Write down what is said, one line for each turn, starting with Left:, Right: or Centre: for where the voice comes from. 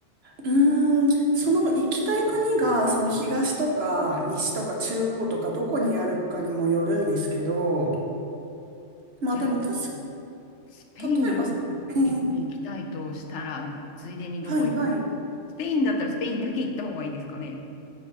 Right: うーん、その行きたい国が、その東とか西とか中央とかどこにあるかにもよるんですけど、まあでも確
Left: じゃあ、スペインに行きたいとしたら、
Right: か、例えば、ええ
Left: ついでにどこ行く
Right: はいはい。
Left: スペインだったらスペインだけ行った方がいいですかね